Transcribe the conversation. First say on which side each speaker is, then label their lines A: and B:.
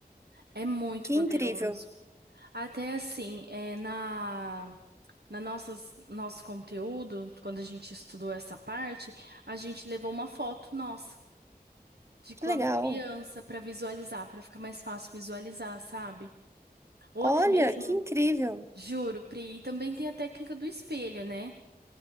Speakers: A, on the right; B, on the right.
A: é muito
B: Que
A: poderoso.
B: incrível.
A: Até assim, é, na, na nossas, nosso conteúdo, quando a gente estudou essa parte, a gente levou uma foto nossa de
B: Que
A: quando
B: legal.
A: criança para visualizar, para ficar mais fácil visualizar, sabe? Ou
B: Olha,
A: até mesmo,
B: que incrível.
A: juro, Pri, e também tem a técnica do espelho, né?